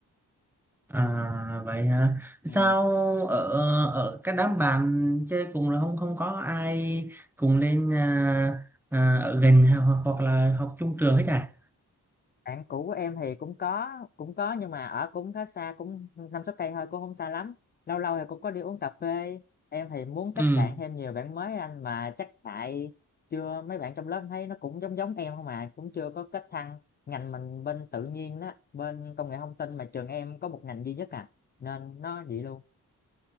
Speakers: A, in the centre; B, on the left.
A: À vậy hả? Sao
B: ừ.
A: ở ở cái đám bạn chơi cùng là không không có ai cùng lên à, à, ở gần hoặc hoặc là học chung trường hết à?
B: bạn cũ của em thì cũng có cũng có nhưng mà ở cũng khá xa cũng năm sáu cây thôi cũng không xa lắm lâu lâu thì cũng có đi uống cà phê em thì muốn kết
A: Ừ.
B: bạn thêm nhiều bạn mới anh mà chắc tại chưa mấy bạn trong lớp em thấy nó cũng giống giống em không mà cũng chưa có kết thăng ngành mình bên tự nhiên đó bên công nghệ thông tin mà trường em có một ngành duy nhất à nên nó vậy luôn